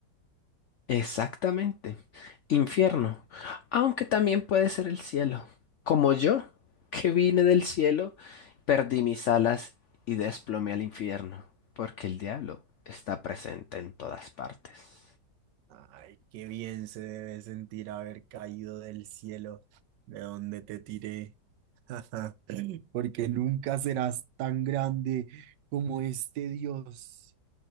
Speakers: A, on the left; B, on the right.
A: Exactamente. Infierno. Aunque también puede ser el cielo. Como yo, que vine del cielo, perdí mis alas y desplomé al infierno, porque el diablo está presente en todas partes.
B: Ay, qué bien se debe sentir haber caído del cielo de donde te tiré, <laughs> porque nunca serás tan grande como este Dios.